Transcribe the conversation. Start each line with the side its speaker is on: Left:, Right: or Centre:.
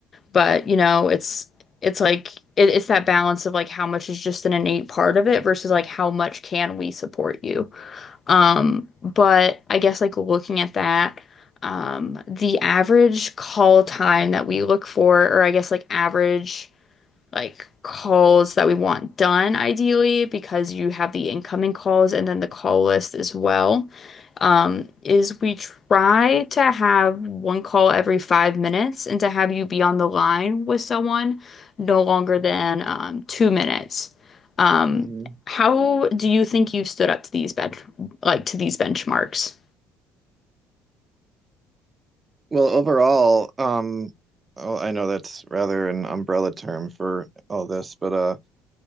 Left: but you know, it's it's like it, it's that balance of like how much is just an innate part of it versus like how much can we support you. Um, but I guess like looking at that, um, the average call time that we look for, or I guess like average like calls that we want done ideally because you have the incoming calls and then the call list as well um, is we try to have one call every five minutes and to have you be on the line with someone no longer than um, two minutes. Um,
Right: hmm
Left: how do you think you've stood up to these bench like to these benchmarks?
Right: Well, overall, um, oh, I know that's rather an umbrella term for all this, but uh,